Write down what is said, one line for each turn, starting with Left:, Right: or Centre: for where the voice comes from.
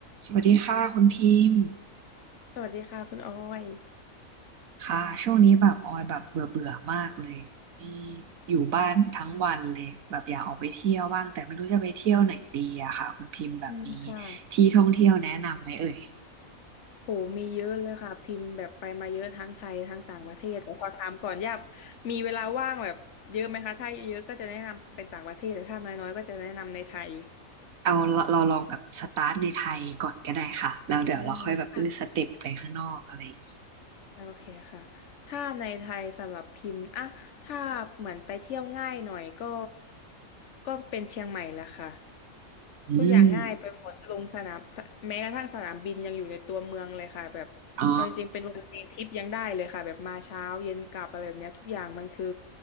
Right: สวัสดีค่ะคุณพิมพ์
Left: สวัสดีค่ะคุณออย
Right: ค่ะช่วงนี้แบบออยแบบเบื่อเบื่อมากเลยมีอยู่บ้านทั้งวันเลยแบบอยากออกไปเที่ยวบ้างแต่ไม่รู้จะไปเที่ยวไหนดีอะค่ะคุณพิมพ์แบบมี
Left: อืมค่ะ
Right: ที่ท่องเที่ยวแนะนำไหมเอ่ย
Left: โห มีเยอะเลยค่ะพิมพ์แบบไปมาเยอะทั้งไทยทั้งต่างประเทศแต่ขอถามก่อนอยากมีเวลาว่างแบบเยอะไหมคะถ้าเยอะก็จะแนะนำเป็นต่างประเทศแต่ถ้าน้อยๆก็จะแนะนำในไทย
Right: เอาเราเราลองแบบสตาร์ทในไทยก่อนก็ได้ค่ะแล้วเดี๋ยวเราค่อยแบบเออสเต็ปไปข้างนอกอะไรอย่างงี้
Left: อมค่า โอเคค่ะถ้าในไทยสำหรับพิมพ์อะถ้าเหมือนไปเที่ยวง่ายหน่อยก็ก็เป็นเชียงใหม่แหละค่ะ
Right: อืม
Left: ทุกอย่างง่ายไปหมดลงสนาม แม้กระทั่งสนามบินยังอยู่ในตัวเมืองเลยค่ะแบบเอาจริงๆเป็นวันเดย์ทริปยังได้เลยค่ะ
Right: อ๋อ
Left: แบบมาเช้าเย็นกลับอะไรแบบเนี้ยทุกอย่างมันคือ